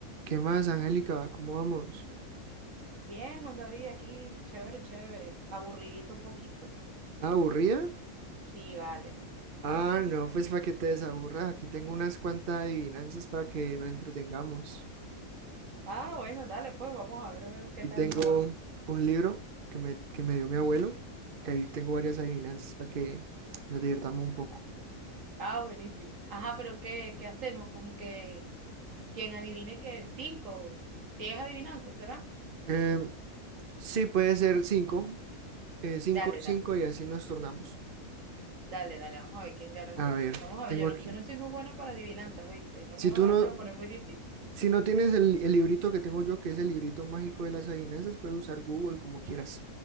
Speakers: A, on the right; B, on the right.
A: ¿Qué más, Angélica? ¿Cómo vamos?
B: Bien, Juan David, aquí, chévere, chévere. Aburridito un poquito.
A: ¿Estás aburrida?
B: Sí, vale,
A: Ah,
B: poco.
A: no, pues para que te desaburras. Aquí tengo unas cuantas adivinanzas para que nos entretengamos.
B: Ah, bueno, dale, pues vamos a ver, a ver qué
A: Aquí
B: tal
A: tengo
B: me va.
A: un libro que me, que me dio mi abuelo. y ahí tengo varias adivinanzas para que nos divirtamos un poco.
B: Ah, buenísimo. Ajá, pero ¿qué, qué hacemos? Como que quien adivine que cinco, diez adivinanzas, ¿será?
A: Eh, sí, puede ser cinco. eh, cinco,
B: Dale,
A: cinco
B: dale,
A: y así nos tornamos.
B: dale, dale, vamos a ver quién gana entonces.
A: A ver,
B: Vamos a
A: tengo
B: ver, yo no,
A: aquí.
B: yo no soy muy buena para adivinanzas, ¿viste? No
A: Si
B: me van
A: tú no,
B: a poner muy difícil.
A: si no tienes el, el librito que tengo yo, que es el librito mágico de las adivinanzas, puedes usar Google como quieras.